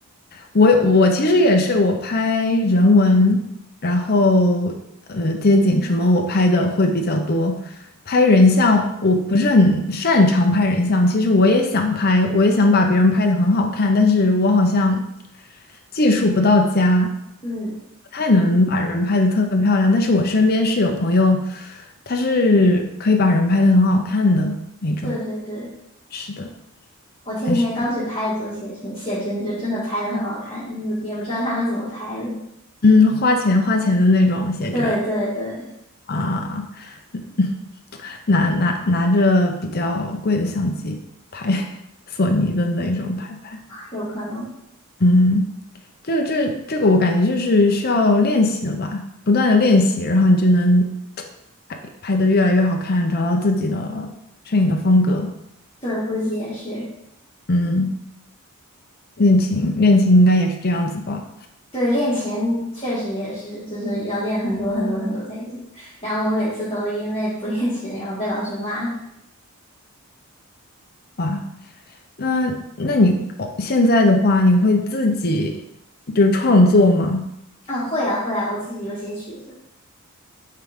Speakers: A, on the left (about 45°); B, on the left (about 25°).
A: 我我其实也是，我拍人文，然后呃街景什么我拍的会比较多。拍人像我不是很擅长拍人像，其实我也想拍，我也想把别人拍的很好看，但是我好像技术不到家，
B: 嗯嗯，
A: 不太能把人拍的特别漂亮。但是我身边是有朋友，他是可以把人拍的很好看的那种，
B: 对对对，
A: 是的，
B: 我前几天刚去拍的左写生写真，
A: 还是
B: 就真的拍的很好看，就也不知道他们怎么拍的。
A: 嗯花钱花钱的那种写真。
B: 对对对，
A: 啊，嗯拿拿拿着比较贵的相机拍 <laughs> 索尼的那种拍拍。
B: 有可能，
A: 嗯，这个这这个我感觉就是需要练习的吧，不断的练习，然后你就能拍拍得越来越好看，找到自己的摄影的风格。
B: 对，估计也是。
A: 嗯，练琴练琴应该也是这样子吧？
B: 对，练琴确实也是，就是要练很多很多很多才行。然后我每次都因为不练琴，然后被老师骂。
A: 哇，那那你哦，现在的话，你会自己就是创作吗？
B: 啊，会啊会啊，我自己有写曲子，